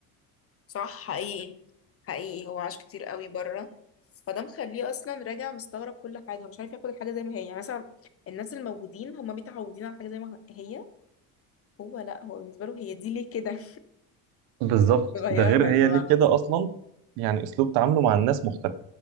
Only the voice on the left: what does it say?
صح حقيقي حقيقي هو عاش كتير قوي بره فده مخليه اصلا راجع مستغرب كل حاجه مش عارف ياخد الحاجه زي ما هي يعني مثلا الناس الموجودين هم متعودين على حاجه زي ما هي هو لا هو بالنسبه له هي دي ليه كده
<laughs> غيرها
يا
جماعة